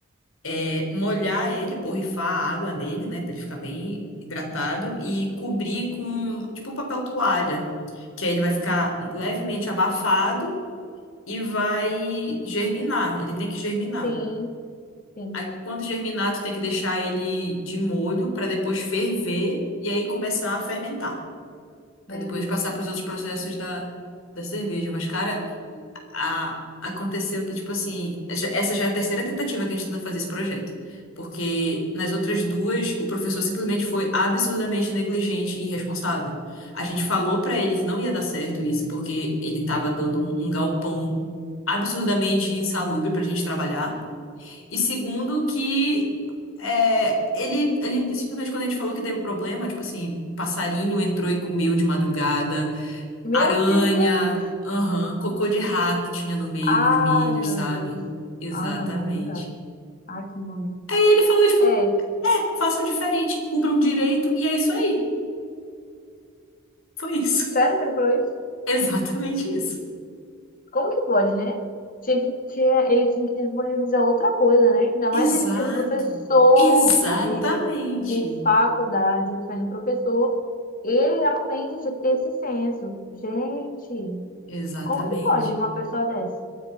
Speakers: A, on the left; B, on the left.
A: é, molhar ele, borrifar a água nele, né, pra ele ficar bem hidratado, e cobrir com, tipo, papel toalha. Que aí ele vai ficar levemente abafado e vai germinar. Ele tem que germinar.
B: sim, sim.
A: Aí, quando germinar, tu tem que deixar ele de molho para depois ferver e aí começar a fermentar, para
B: Meu
A: depois
B: Deus.
A: passar para os outros processos da, da cerveja. Mas, cara, a- aconteceu que, tipo assim, já- essa já é a terceira tentativa que a gente tenta fazer esse projeto. Porque nas outras duas, o professor simplesmente foi absurdamente negligente e irresponsável. A gente falou pra ele que não ia dar certo isso, porque ele tava dando um, um galpão absurdamente insalubre pra gente trabalhar. E segundo, que. é, ele, ele simplesmente quando a gente falou que deu problema, tipo assim, passarinho entrou e comeu de madrugada,
B: Meu
A: Aranha,
B: Deus.
A: aham, cocô de rato tinha no meio
B: Ai,
A: dos milhos,
B: meu
A: sabe?
B: Deus.
A: Exatamente.
B: Ah, não, não, não dá. Ai, que nome.
A: E ele falou, tipo,
B: É.
A: é, façam diferente, cubram direito, e é isso aí. Foi isso.
B: Sério que ele falou isso?
A: <laughs> Exatamente isso.
B: Como que pode, né? Tinha que, tinha, ele tinha que disponibilizar outra coisa, né? Ainda
A: Exato.
B: mais ele sendo professor
A: Exatamente.
B: de, de, de faculdade, sendo professor, ele realmente tinha que ter esse senso. Gente,
A: Exatamente.
B: como que pode uma pessoa dessa